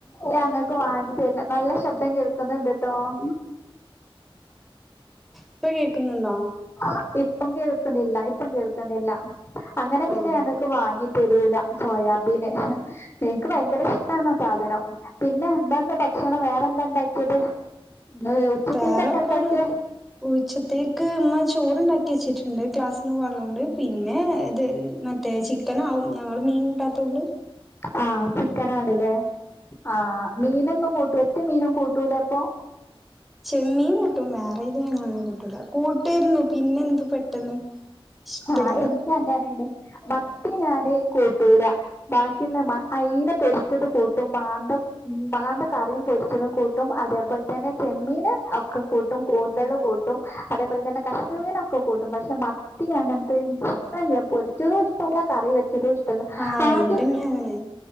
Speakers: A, on the left; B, in the centre.
A: ഞങ്ങക്ക് വാങ്ങിതരില്ല നല്ല ശബ്ദം കേൾക്കുന്നുണ്ട് ട്ടോ <inaudible>
B: ഇപ്പ കേക്കുന്നുണ്ടോ
A: ആഹ് ഇപ്പം കേൾക്കുന്നില്ല ഇപ്പം കേൾക്കുന്നില്ല അങ്ങനെ പിന്നെ
B: ആ
A: ഞങ്ങക്ക് വാങ്ങി തെരൂല സോയാബീന് എനിക്ക് ഭയങ്കര ഇഷ്ടാണ് സാധനം പിന്നെ എന്താന്ന് ഭക്ഷണം വേറെന്താ ഇണ്ടാക്കിയത് ഇന്ന് ഉച്ചക്കേക്കന്നെ
B: വേറെപ്പം
A: ഇണ്ടാക്കിയേ
B: ഉച്ചത്തേക്ക് ഇമ്മ ചോറ്ണ്ടാക്കി വെച്ചിട്ട്ണ്ട് ക്ലാസ്സിന് പോകാനുള്ളതൊണ്ട് പിന്നെ ഇത് മറ്റേ ചിക്കനാകും ഞങ്ങള് മീൻ കൂട്ടാത്തോണ്ട്
A: ആഹ് ചിക്കനാണ് ല്ലേ ആഹ് മീനൊന്നും കൂട്ടൂ ഒറ്റ മീനും കൂട്ടൂലെ അപ്പം
B: ചെമ്മീൻ കൂട്ടും വേറേത് മീനൊന്നും കൂട്ടൂല കൂട്ടേരുന്നു പിന്നെ എന്ത് പെട്ടെന്ന് ഇഷ്ടല്ല
A: ആഹ് എനിക്ക് അങ്ങനെയിനി മത്തി ഞാന് കൂട്ടൂല ബാക്കിള്ള അയില പൊരിച്ചത് കൂട്ടും മാന്ത ഉം മാന്ത കറിയും പൊരിച്ചതും കൂട്ടും അതേപോലെ തന്നെ ചെമ്മീന് ഒക്കെ കൂട്ടും കൂന്തള് കൂട്ടും ട്ടും അതേപോലെ തന്നെ കഷ്ണമീനൊക്കെ കൂട്ടും പക്ഷെ മത്തി മത്തി അങ്ങൻത്തെ ഇൻകിഷ്ടല്ല പൊരിച്ചതൂഷ്ടല്ല കറി വെച്ചതൂഷ്ടല്ല
B: ആഹ്
A: ആദ്യ
B: ഇന്റെമ്മ അങ്ങനെ